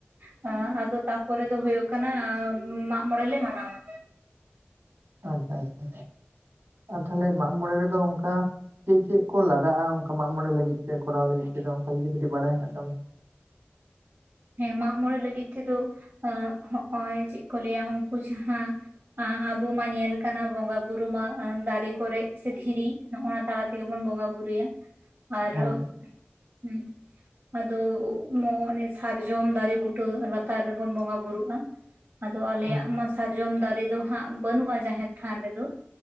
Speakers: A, on the right; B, on the right.
A: ᱠᱟᱱᱟ ᱟᱫᱚ ᱛᱟᱯᱚᱨᱮ ᱫᱚ ᱦᱳᱭᱩᱜ ᱠᱟᱱᱟ ᱢᱟᱸᱜ ᱢᱚᱬᱮ ᱞᱮ ᱢᱟᱱᱟᱣᱟ᱾
B: ᱟᱪᱪᱷᱟ ᱟᱪᱪᱷᱟ ᱟᱨ ᱛᱟᱦᱚᱞᱮ ᱢᱟᱸᱜ-ᱢᱚᱸᱬᱮ ᱨᱮᱫᱚ ᱚᱱᱠᱟᱼᱼ ᱪᱮᱫ ᱪᱮᱫ ᱠᱚ ᱞᱟᱜᱟᱜ-ᱟ? ᱚᱱᱠᱟ ᱢᱟᱜ ᱢᱚᱬᱮ ᱞᱟᱹᱜᱤᱫ ᱛᱮ ᱠᱚᱨᱟᱣ ᱞᱟᱹᱜᱤᱫ ᱛᱮᱫᱚ ᱚᱱᱠᱟ ᱡᱩᱫᱤ ᱠᱟᱹᱴᱤᱡ ᱵᱟᱲᱟᱭ ᱦᱮᱱᱟᱜ ᱛᱟᱢᱟ᱾
A: ᱦᱮᱸ ᱢᱟᱜ ᱢᱚᱸᱬᱮ ᱞᱟᱹᱜᱤᱫ ᱛᱮᱫᱚ ᱦᱚᱸᱜ-ᱚᱭ ᱪᱮᱫ ᱠᱚ ᱞᱟᱹᱭᱟ ᱚᱱᱠᱩ ᱡᱟᱦᱟᱸᱼᱼ ᱟᱵᱚ ᱢᱟ ᱧᱮᱞ ᱠᱟᱱᱟ ᱵᱚᱸᱜᱟ ᱵᱩᱨᱩ ᱢᱟ ᱫᱟᱨᱮ ᱠᱚᱨᱮᱜ ᱥᱮ ᱫᱷᱤᱨᱤᱼᱼ ᱱᱚᱜ-ᱚ ᱱᱚᱣᱟ ᱛᱟᱞᱟ ᱛᱮᱜᱮ ᱵᱚᱱ ᱵᱚᱸᱜᱟ ᱵᱩᱨᱩᱭᱟ᱾ ᱟᱨᱳᱜ
B: ᱦᱮᱸ
A: ᱦᱩᱸ ᱟᱫᱚ ᱢᱚᱱᱮ ᱥᱮᱼᱼ ᱥᱟᱨᱡᱚᱢ ᱫᱟᱨᱮ ᱵᱩᱴᱟᱹ ᱞᱟᱛᱟᱨ ᱨᱮᱵᱚᱱ ᱵᱚᱸᱜᱟ ᱵᱩᱨᱩᱜ-ᱟ᱾ ᱟᱫᱚ ᱟᱞᱮᱭᱟᱜ
B: ᱦᱮᱸ
A: ᱢᱟ ᱥᱟᱨᱡᱚᱢ ᱫᱟᱨᱮ ᱫᱚ ᱦᱟᱸᱜ ᱵᱟᱹᱱᱩᱜ-ᱟ ᱡᱟᱦᱮᱨ ᱛᱷᱟᱱ ᱨᱮᱫᱚ᱾